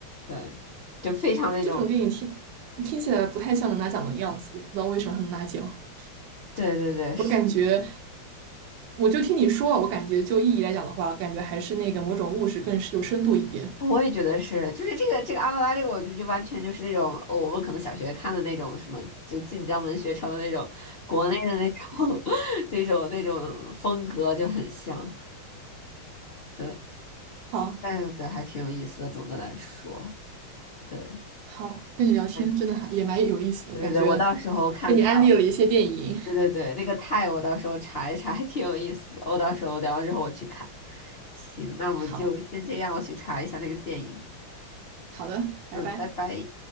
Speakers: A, on the left; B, on the right.
A: 对，就非常那种，
B: 这种电影听听起来不太像能拿奖的样子，不知道为什么他能拿奖。
A: 对对对，是。
B: 我感觉，我就听你说，我感觉就意义来讲的话，感觉还是那个某种物质更是有深度一点。
A: 哦我也觉得是，就是这个这个阿拉拉这个，我就就完全就是那种哦我们可能小学看的那种什么，就晋江文学城的那种国内的那种 <laughs> 那种那种风格就很像，对，
B: 好，
A: 但是对还挺有意思的。总的来说，对，
B: 好，跟你聊天真的还也蛮有意思的，
A: 哎，对对对，
B: 感觉被你安利了一些电影。
A: 我到时候看看，对对对，那个泰我到时候查一查，还挺有意思的。我到时候聊完之后我去看。行，
B: <laughs>
A: 那我们就先这样，
B: 好，
A: 我去查一下那个电影。
B: 好的，拜拜。
A: 嗯，拜拜。